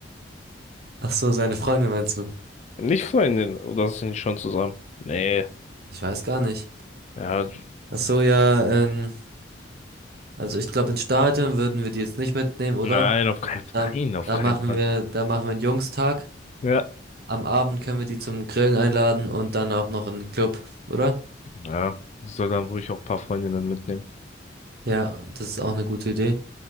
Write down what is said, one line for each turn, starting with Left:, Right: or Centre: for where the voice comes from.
Right: Ach so, seine Freundin meinst du?
Left: Nicht Freundin, oder sind die schon zusammen? Nee,
Right: Ich weiß gar nicht.
Left: ja,
Right: Ach so, ja, ähm, Also ich glaube, ins Stadion würden wir die jetzt nicht mitnehmen, oder?
Left: nein, auf keinen Fall,
Right: Dann,
Left: nein, auf
Right: dann
Left: keinen
Right: machen
Left: Fall.
Right: wir, da machen wir einen Jungstag.
Left: Ja,
Right: Am Abend können wir die zum Grillen einladen und dann auch noch in den Club, oder?
Left: ja, sie soll dann ruhig auch ein paar Freundinnen mitnehmen.
Right: Ja, das ist auch eine gute Idee.